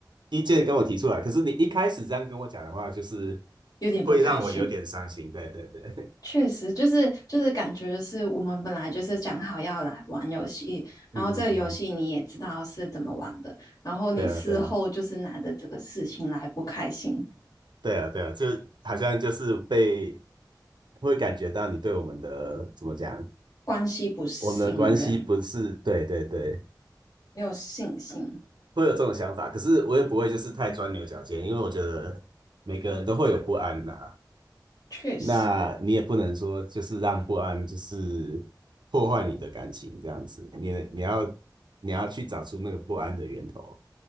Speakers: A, on the right; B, on the left.
A: 意见跟我提出来，可是你一开始这样跟我讲的话，就是
B: 有点不开心，
A: 会让我有点伤心。对对对，
B: 确实，就是就是感觉就是我们本来就是讲好要来玩游戏，
A: <laughs>
B: 然后这个游戏你也知道是怎么玩的，
A: 嗯嗯嗯，
B: 然后你事后就是拿着这个事情来不开心，
A: 对啊对啊对啊对啊，就好像就是被会感觉到你对我们的怎么讲
B: 关系不信任，
A: 我们的关系不是，对对对，
B: 没有信心，
A: 会有这种想法，可是我也不会就是太钻牛角尖，因为我觉得每个人都会有不安呐、
B: 确实。
A: 那你也不能说就是让不安就是破坏你的感情这样子，你你要你要去找出那个不安的源头，